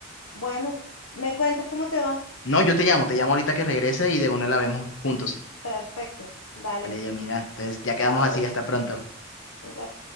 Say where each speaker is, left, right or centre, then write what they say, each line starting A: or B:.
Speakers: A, on the left (about 80°); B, on the left (about 60°).
A: Bueno, me cuentas cómo te va.
B: No, yo te llamo, te llamo ahorita que regrese y de una la vemos juntos.
A: Perfecto. Dale,
B: Vale, Dios, mira. Entonces ya
A: chao.
B: quedamos así, hasta pronto.
A: Igual.